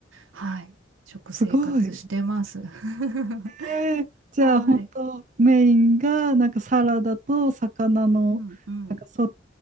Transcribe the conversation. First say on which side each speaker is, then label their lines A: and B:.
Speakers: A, on the right; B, on the right.
A: はい、食生活してます。
B: すごい。
A: <laughs>
B: えー、じゃあ、
A: はい、
B: 本当メインが、なんかサラダと魚の、
A: うん、うん。
B: なんかそ、